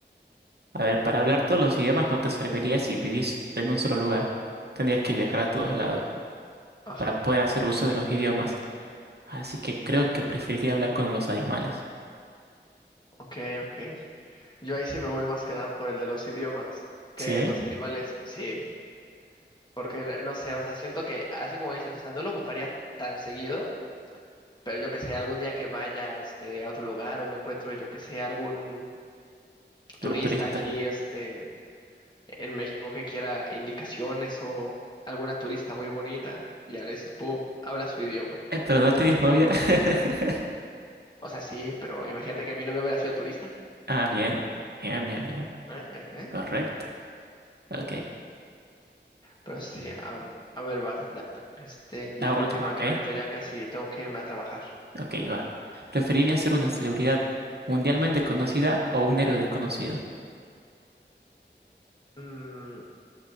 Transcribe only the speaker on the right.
A ver, para hablar todos los idiomas no te serviría si vivís en un solo lugar. Tendrías que viajar a todos lados
para poder hacer uso de los idiomas. Así que creo que preferiría hablar con los animales.
¿Sí?
Un turista.
Eh, pero no tenías novia. <laughs>
Ah, bien. Bien, bien, bien.
Correcto. Ok.
La última,
¿ok?
Ok, va. ¿Preferiría ser una celebridad mundialmente conocida o un héroe desconocido?